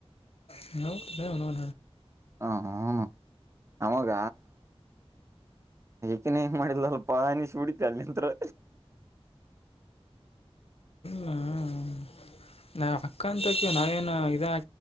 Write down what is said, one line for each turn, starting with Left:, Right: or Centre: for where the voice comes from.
Left: ಹ್ಞೂ
Right: ಅವನೌನ ನಮಗ ಅಕ್ಕಿನೆ ಹಿಂಗ ಮಾಡಿಲ್ಲ ಅಲ್ಪ ಅನೀಸಬೀಡಿತ ಅಲ್ಲಿಂತ್ ಹ
Left: ಹ್ಮ್ ನಾ ಅಕ್ಕ ಅಂತ ಆಕಿವ ನಾವೇನು ಇದ